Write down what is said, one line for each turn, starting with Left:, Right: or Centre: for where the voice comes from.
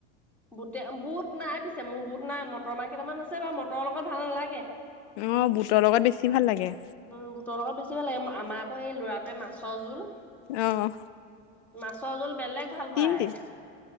Centre: বুটে বুট নাই পিছে মোৰ বুট নাই মটৰ মাহ কেইটামান আছে বুট মটৰৰ লগত ভাল নালাগে।
Left: অ' বুটৰ লগত বেছি ভাল লাগে।
Centre: উম বুটৰ লগত বেছি ভাল লাগে, আমাৰ আকৌ এই ল'ৰাটোৱে মাছৰ জোল
Left: অ',
Centre: মাছৰ জোল বেলেগ ভাল
Left: তিনদিন
Centre: পায়।